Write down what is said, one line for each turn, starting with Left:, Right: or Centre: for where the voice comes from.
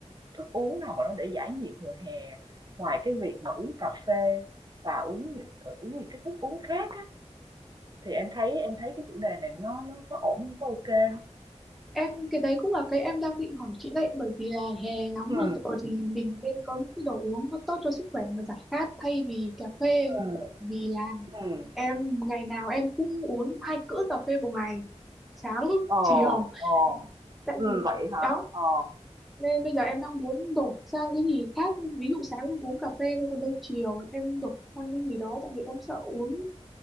Right: thức uống nào mà nó để giải nhiệt mùa hè. Ngoài cái việc mà uống cà phê và uống những- ờ, uống những cái thức uống khác á, thì em thấy em thấy cái chủ đề này nó nó có ổn hông? Có ô kê
Centre: Em cái đấy cũng là cái em đang định hỏi chị đấy bởi vì là hè nóng
Right: ừ
Centre: được rồi thì mình nên có những cái đồ uống nó tốt cho sức khỏe mà giải khát thay vì cà phê
Right: ừ ừm,
Centre: bởi vì là
Right: ừm.
Centre: em ngày nào em cũng uống hai cữ cà phê một ngày sáng
Right: Ờ,
Centre: chiều
Right: ờ.
Centre: tại
Right: Ừm,
Centre: vì-
Right: vậy hả?
Centre: đó
Right: Ờ,
Centre: nên bây giờ em đang muốn đổi sang cái gì khác ví dụ sáng em uống cà phê thôi còn đâu chiều em đổi sang cái gì đó tại vì em sợ uống